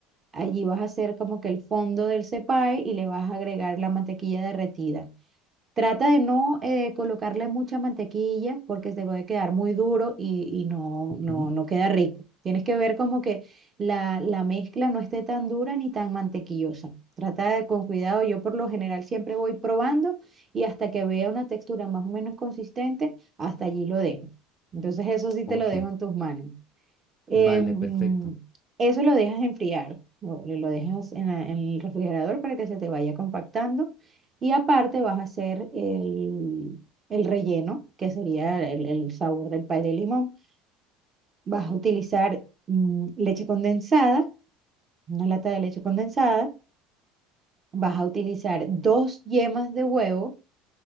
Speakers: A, on the right; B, on the left.
A: allí vas a hacer como que el fondo del cepay y le vas a agregar la mantequilla derretida. Trata de no eh, colocarle mucha mantequilla porque se puede quedar muy duro y, y no,
B: Ujú.
A: no, no queda rico. Tienes que ver como que la, la mezcla no esté tan dura ni tan mantequillosa. Trata de con cuidado. Yo por lo general siempre voy probando y hasta que vea una textura más o menos consistente, hasta allí lo dejo. Entonces eso sí
B: Ok,
A: te lo dejo en tus manos. Em,
B: vale, perfecto.
A: eso lo dejas enfriar, lo, lo dejas en, la- en el refrigerador para que se te vaya compactando. Y aparte vas a hacer el, el relleno, que sería el, el sabor del pay de limón. Vas a utilizar mm, leche condensada, una lata de leche condensada. Vas a utilizar dos yemas de huevo